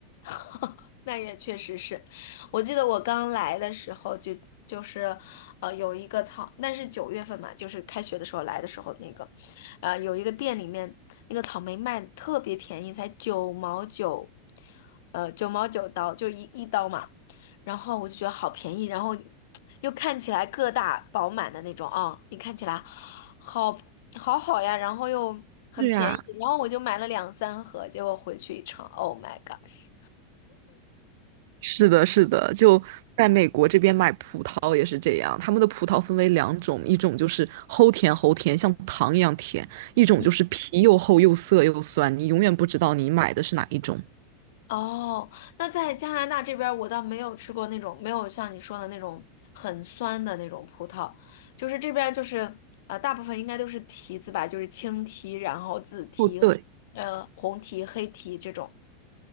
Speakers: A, on the left; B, on the right.
A: <laughs> 那也确实是，我记得我刚来的时候就就是，呃，有一个草，那是九月份嘛，就是开学的时候来的时候那个，呃，有一个店里面那个草莓卖得特别便宜，才九毛九，呃，九毛九刀，就一一刀嘛，然后我就觉得好便宜，然后又看起来个大饱满的那种啊，你看起来好好好呀，然后又很便宜，
B: 是呀，
A: 然后我就买了两三盒，结果回去一尝，Oh my gosh！
B: 是的，是的，就在美国这边买葡萄也是这样，他们的葡萄分为两种，一种就是齁甜齁甜，像糖一样甜，一种就是皮又厚又涩又酸，
A: 嗯。
B: 你永远不知道你买的是哪一种。
A: 哦，那在加拿大这边儿，我倒没有吃过那种没有像你说的那种很酸的那种葡萄，就是这边儿就是呃，大部分应该都是提子吧，就是青提，然后紫提，
B: 哦，对，
A: 呃，红提、黑提这种，